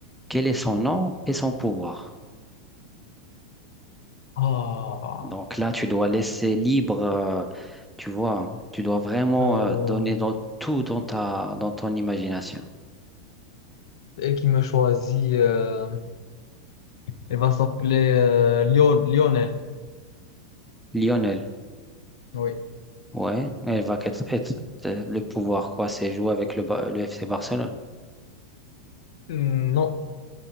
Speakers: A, in the centre; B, on the left.
A: Quel est son nom et son pouvoir?
B: Ah,
A: Donc là, tu dois laisser libre, euh, tu vois, tu dois vraiment
B: euh,
A: euh, donner dans tout dans ta, dans ton imagination.
B: elle qui me choisit, euh, elle va s'appeler euh, Lion- Lionel.
A: Lionel,
B: Oui.
A: ouais, elle va être, être- euh, le pouvoir, quoi, c'est jouer avec le, Ba- le FC Barcelone.
B: Hmm, Non,